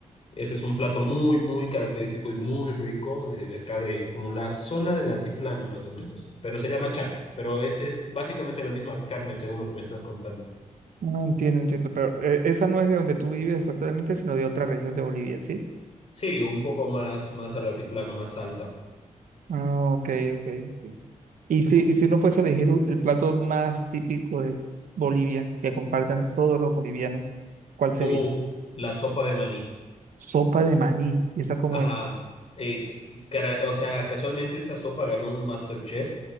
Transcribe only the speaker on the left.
Ese es un plato muy, muy característico y muy rico de, de acá, de como la zona del altiplano, más o menos. Pero se llama charque, pero es, es básicamente la misma carne, según lo que me estás contando.
Sí, un poco más, más al altiplano, más alta.
O la sopa de maní.
Ajá.
Eh, cara- o sea, casualmente esa sopa ganó un MasterChef.